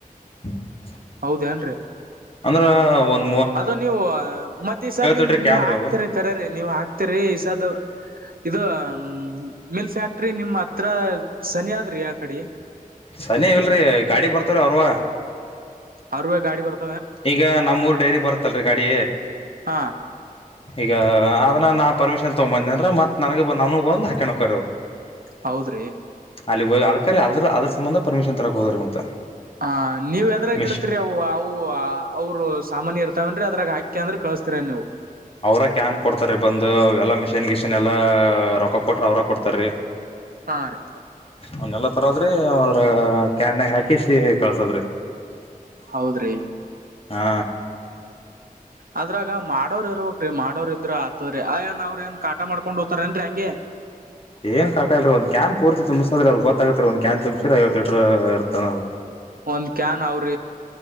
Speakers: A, on the left; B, on the right.
A: <unintelligible>
B: ಹೌದೇನ್ರೀ?
A: ಅಂದ್ರ ಒಂದು
B: ಅದ ನೀವು ಮತ್ತ ಈ ಸದ್ ನಿಮ್
A: ಲೀಟರ್
B: ನೀವ್
A: ಕ್ಯಾನ್
B: ಹಾಕ್ತಿರಿ?
A: ರೀ ಅವು
B: ಕರೆ ರಿ ನೀವು ಹಾಕ್ತಿರಿ ಈ ಸದು ಇದು ಹ ಮಿಲ್ಕ್ ಫ್ಯಾಕ್ಟ್ರಿ ನಿಮ್ಮ್ ಹತ್ರ ಸನಿ ಆದ್ರಿ ಆ ಕಡೆ
A: ಸನಿ ಇಲ್ರಿ ಗಾಡಿ ಬರ್ತವ ರೀ ಅವ್ರುವ
B: ಅವ್ರೇ ಗಾಡಿ ಬರ್ತ್
A: ಈಗ ನಮ್ಮೂರು ಡೈರಿ ಬರುತ್ತಲ್ರಿ ಗಾಡಿ
B: ಹಾ
A: ಈಗ ಅದನ್ನ ನಾ ಪರ್ಮಿಷನ್ ತಗೊಂದ ಬಂದೆ ಅಂದ್ರ ಮತ್ತು ನನಗೆ ಬ ನಾನೂ ಬಂದು ಹಾಕಣ ಹೊಕ್ಕಾರ್ ರಿ ಅವ್ರ
B: ಹೌದ್ರಿ
A: ಅಲ್ಲಿ ಹೋಗಿ ಅದಕರೆ ಅದ್ರ ಅದ್ರ ಸಂಬಂಧ ಪರ್ಮಿಷನ್ ತರೋಕ್ಕೆ ಹೋದ್ರೀ ಮತ್ತ
B: ಹ ನೀವ್ ಎದ್ರಾಗ
A: ಮಿಶ್
B: ಇಡ್ತರಿ ಅವು ಅವು ಅವರು ಸಾಮಾನ್ಯ ಇರ್ತಾವ ಅಲ್ರೀ ಅದ್ರಾಗ ಹಾಕಿ ಅಂದ್ರೆ ಕಳಸ್ತೀರ ನೀವು -
A: ಅವ್ರ ಕ್ಯಾನ್ ಕೊಡ್ತಾರೀ ಬಂದು ಎಲ್ಲ ಮಿಷಿನ್ ಗಿಶನ್ ಎಲ್ಲ ರೊಕ್ಕ ಕೊಟ್ರ ಅವ್ರ ಕೊಡ್ತಾರೀ. <unintelligible>
B: ಹಾ ರೀ.
A: ಅವನ್ನೆಲ್ಲ ತರದ್ರಿ ಅವ್ರ ಕ್ಯಾನಗ್ ಹಾಕಿಸಿ ಕಳ್ಸದ್ರಿ.
B: ಹೌದ್ರಿ
A: ಹಾ
B: ಅದ್ರಾಗ ಮಾಡೋರ್ ಇರಬೇಕ್ರಿ ಮಾಡೋರ್ ಇದ್ರ ಆತದ್ರೀ ಆ ಏನ್ ಅವ್ರ ಏನ್ ಕಾಟ ಮಾಡಕೊಂಡ್ ಹೊತಾರ್ ಏನ್ರಿ ಹಂಗೆ
A: ಏನ್ ಕಾಟಲ್ರಿ ಒಂದು ಕ್ಯಾನ್ ಪೂರ್ತಿ ತುಂಬಸೊದ್ರಿ ಅವ್ರಿಗೆ ಗೊತ್ತು ಅಗತ್ತರಿ ಒಂದ ಕ್ಯಾನ್ ತುಂಬಸಿರ ಐವತ್ತು ಲೀಟರ್ ಇರ್ತ ಅನ್ನೋದ
B: ಒಂದ್ ಕ್ಯಾನ್ ಅವ್ರ